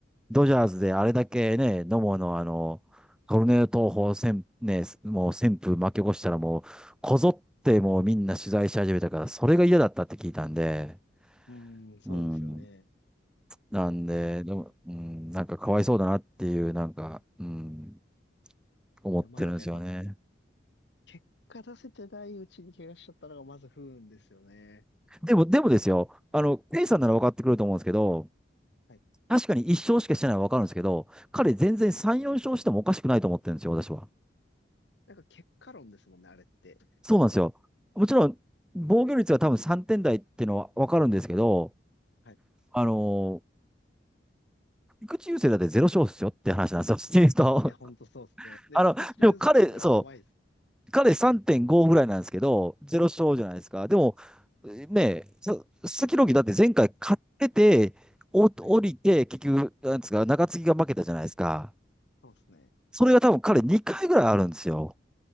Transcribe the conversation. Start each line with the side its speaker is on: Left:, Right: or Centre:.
Centre: ドジャースであれだけね、野茂のあの、トルネード投法旋、ね、もう旋風巻き起こしたらもう、こぞってもうみんな取材し始めたから、それが嫌だったって聞いたんで、
Left: うーん、そうですよね。
Centre: うん。なんで、
Left: いや、
Centre: でも、うん、なんかかわいそうだなっていう、なんか、うん、思ってるんですよね。
Left: でもまあなんかやっぱ結果出せてないうちに怪我しちゃったのがまず不運ですよね。
Centre: でも、でもですよ、あの、ケイさんなら分かってくると思うんですけど、
Left: はい。
Centre: 確かに1勝しかしてないのはわかるんですけど、彼全然3、4勝してもおかしくないと思ってるんですよ、私は。
Left: なんか結果論ですもんね、あれって。
Centre: そうなんですよ。もちろん、防御率が多分3点台っていうのはわかるんですけど、
Left: はい
Centre: あのー、菊池雄星だって0勝ですよって話なんですよ、シーズンと。
Left: いや、ほんとそうですね。
Centre: <laughs>
Left: で、
Centre: あの、
Left: 菊池雄星には甘いです。
Centre: でも彼、そう、彼3.5ぐらいなんですけど、0勝じゃないですか。
Left: はい、
Centre: でも、ねえ、さ佐々木朗希だって前回勝ってて、お降りて、
Left: はい、
Centre: 結局、なんですか、中継ぎが負けたじゃないですか。
Left: そうですね。
Centre: それが多分彼2回ぐらいあるんですよ。